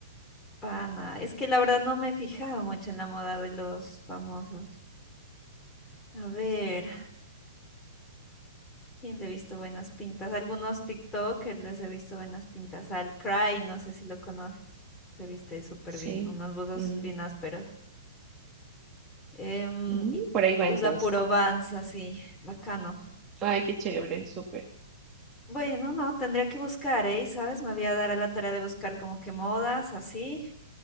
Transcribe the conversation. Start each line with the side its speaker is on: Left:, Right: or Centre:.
Left: Pana, es que la verdad no me he fijado mucho en la moda de los famosos. A ver, ¿quién le he visto buenas pintas? Algunos TikTokers les he visto buenas pintas. Al Cry, no sé si lo conoces. Se viste súper
Right: Sí.
Left: bien, unos buzos
Right: Mm,
Left: bien ásperos. Em,
Right: mm,
Left: y
Right: por ahí va
Left: usa
Right: entonces.
Left: puro Vans, así, bacano.
Right: Ay, qué chévere, súper.
Left: Bueno, no, tendría que buscar, ¿eh? ¿Sabes? Me voy a dar a la tarea de buscar como que modas, así.